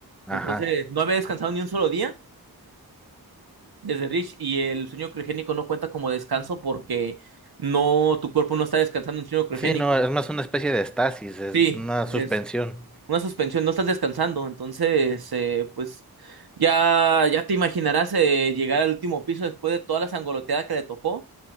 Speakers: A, in the centre; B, on the right (about 70°).
A: Ajá.
B: Entonces, no había descansado ni un solo día desde Rich y el sueño criogénico no cuenta como descanso porque no, tu cuerpo no está descansando en un sueño criogénico.
A: Sí, no, es más una especie de estasis, es
B: Sí,
A: una
B: es
A: suspensión.
B: una suspensión, no estás descansando. Entonces, eh, pues ya, ya te imaginarás eh, llegar al último piso después de toda la sangoloteada que le tocó